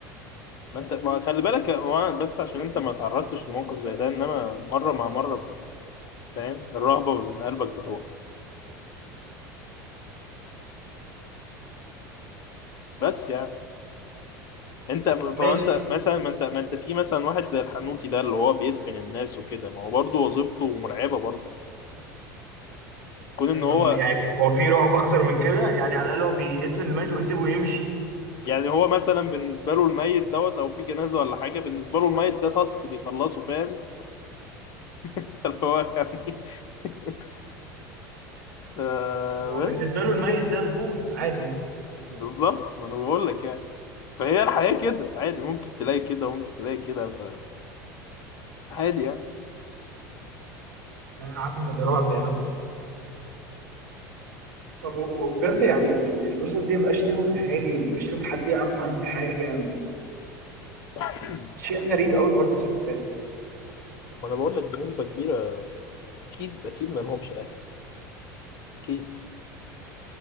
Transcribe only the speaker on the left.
ما انت ما خلي بالك هو بس عشان انت ما تعرضتش لموقف زي ده انما مره مع مره ب- فاهم الرهبه من قلبك بتروح بس يعني انت طب
انت مثلا ما انت ما انت في مثلا واحد زي الحنوتي ده اللي هو بيدفن الناس وكده ما هو برضه وظيفته مرعبه برضه كون ان
هو
يعني هو مثلا بالنسبه له الميت دوت او في جنازه ولا حاجه بالنسبه له الميت ده تاسك بيخلصه فاهم <laughs> اللي هو يعني <laughs> آه،
بالظبط ما انا بقول لك يعني فهي الحياه كده عادي ممكن تلاقي كده وممكن تلاقي كده فعادي يعني
<clears throat>
ما انا بقول لك بنسبه كبيره اكيد اكيد ما لهمش اهل اكيد